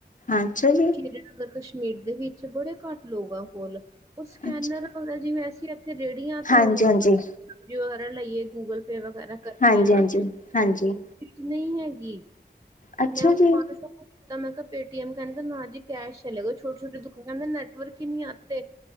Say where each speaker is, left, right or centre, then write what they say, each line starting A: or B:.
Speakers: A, on the left; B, on the right.
A: ਅੱਛਾ ਜੀ।
B: ਸ਼੍ਰੀਨਗਰ ਕਸ਼ਮੀਰ ਦੇ ਵਿੱਚ ਬੜੇ ਘੱਟ ਲੋਕਾਂ ਕੋਲ ਉਹ ਸਕੈਨਰ
A: ਅੱਛਾ
B: ਮਤਲਬ ਜਿਵੇੈ ਅਸੀ ਥੇ ਰੇਹੜੀਆਂ ਤੇ
A: ਹਾਂਜੀ
B: ਹੁਣ
A: ਹਾਂਜੀ
B: ਵਗੈਰਾ ਲਈਏ ਗੂਗਲ ਪੇ ਵਗੈਰਾ ਕਰਨੇ
A: ਹਾਂਜੀ
B: ਹਾਂ ਨਾ
A: ਹਾਂਜੀ ਹਾਂਜੀ
B: ਨਹੀਂ ਹੈਗੀ
A: ਅੱਛਾ
B: ਮੈਂ ਉਸ
A: ਜੀ
B: ਤਾਂ ਮੈਂ ਕਿਹਾ ਪੇਟੀਐਮ ਕਹਿੰਦਾ ਨਾ ਜੀ ਕੈਸ਼ ਚਲੇਗਾ ਛੋਟੀ ਛੋਟੀ ਦੁਕਾਨ ਮੇ ਨੈਟਵਰਕ ਹੀ ਨਹੀਂ ਆ ਤੇ